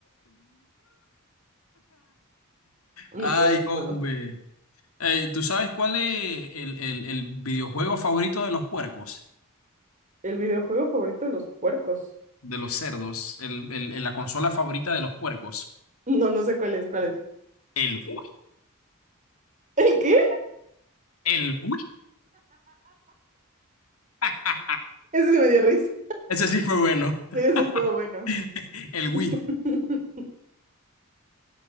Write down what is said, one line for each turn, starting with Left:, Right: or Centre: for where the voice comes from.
Right: No
Left: Ay,
Right: puedo, no
Left: hombre.
Right: puedo.
Left: Eh, ¿tú sabes cuál es el, el- el videojuego favorito de los puercos?
Right: El videojuego favorito de los puercos.
Left: De los cerdos. El, el- el- la consola favorita de los puercos.
Right: No, no sé cuál es, cuál es.
Left: El Wii.
Right: <laughs> ¿El qué?
Left: El Wii. <laughs>
Right: Ese sí me dio risa.
Left: Ese sí fue bueno.
Right: Sí, ese estuvo bueno.
Left: <laughs> El Wii.
Right: <laughs>